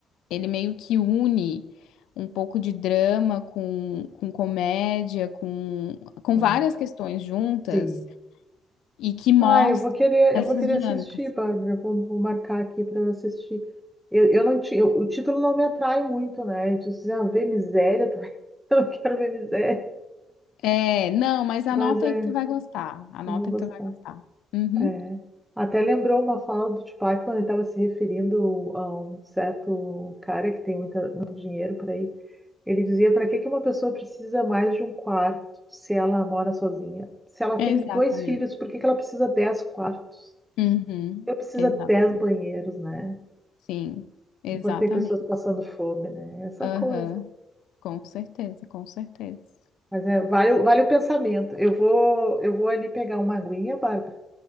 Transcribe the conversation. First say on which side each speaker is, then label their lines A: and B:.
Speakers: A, on the left; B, in the centre.
A: Ele meio que une um pouco de drama com, com comédia, com, com
B: ó,
A: várias questões juntas
B: sim.
A: e que mostra
B: Ah, eu vou querer,
A: essas
B: eu vou querer
A: dinâmicas.
B: assistir, Bárbara. Vou, vou marcar aqui para eu assistir. Eu, eu não tinha, o título não me atrai muito, né? Eu disse, ah, ver miséria também. <laughs> Eu não quero ver miséria,
A: É, não, mas anota
B: mas é,
A: aí que tu vai gostar. Anota
B: eu vou gostar.
A: que tu vai gostar. Uhum,
B: É. Até lembrou uma fala do Tupac quando ele estava se referindo a um certo cara que tem muita, muito dinheiro por aí. Ele dizia: para que que uma pessoa precisa mais de um quarto se ela mora sozinha? Se ela
A: exatamente.
B: tem dois filhos, por que que ela precisa dez quartos?
A: Uhum,
B: Ela precisa
A: exatamente.
B: dez banheiros, né?
A: Sim, exatamente.
B: Enquanto tem pessoas passando fome, né? Essa
A: Aham,
B: coisa.
A: com certeza, com certeza.
B: Mas é, vale, o- vale o pensamento. Eu vou, eu vou ali pegar uma aguinha, Bárbara.